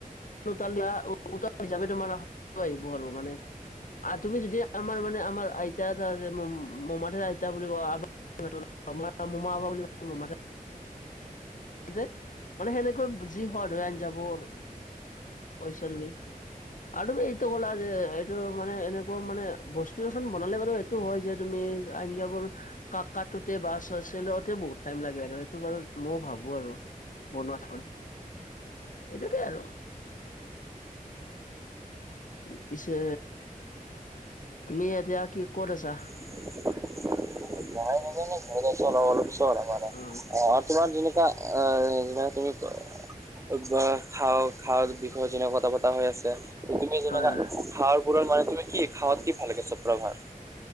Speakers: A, on the left; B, on the right.
A: উতলোৱা উতৰ হিচাপে তোমাৰ আহিব আৰু মানে আৰু তুমি যদি আমাৰ মানে আমাৰ আইতা এটা মমাঠৰ আইতা বুলি কও আৰু মোমা মোমা বুলি মোমা <unintelligible> মানে সেনেকৈ যি হোৱা আন্জাবোৰ আৰু <unintelligible> পইচাৰবি <unintelligible> এইটো ক'লা যে এইটো মানে এনেকুৱা মানে বস্তু এখন বনালে মানে এইটো হয় যে তুমি আন্জাবোৰ কাক কটোতে বাছটে আছে লওঁতে বহুত টাইম লাগে আৰু সেইটো বাৰু মইও ভাবো আৰু <unintelligible> বনোৱাত হয় এইটোকে আৰু পিছে তুমি এতিয়া কি ক'ত আছা?
B: নাই নদ নাজানো ঘৰি গছ ন ন <unintelligible>
A: অ
B: ম অ' তোমাৰ যেনেকুৱা যে তুমি খাওঁ খাওঁৰ বিষয়ে যেনে কথা বতৰা হৈ আছে। তুমি যেনেকা
A: হয়
B: খাৱাৰ বোৰৰ মানে তুমি কি খাৱাত কি ভাল লাগে চব পৰা ভাল